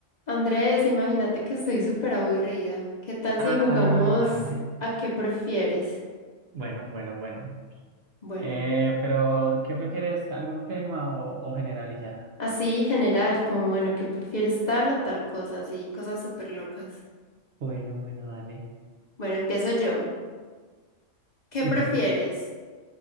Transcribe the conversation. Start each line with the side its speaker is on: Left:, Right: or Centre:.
Left: Andrés, imagínate que estoy súper aburrida. ¿Qué tal
Right: Ah,
Left: si jugamos
Right: dale.
Left: a qué prefieres?
Right: Bueno, bueno, bueno.
Left: Bueno,
Right: Eh, pero, ¿qué prefieres? ¿Algún tema o, o general y ya?
Left: así general, como bueno, ¿qué prefieres tal o tal cosa? Así, cosas súper locas.
Right: Bueno, bueno, dale.
Left: Bueno, empiezo yo. ¿Qué
Right: Ujú.
Left: prefieres?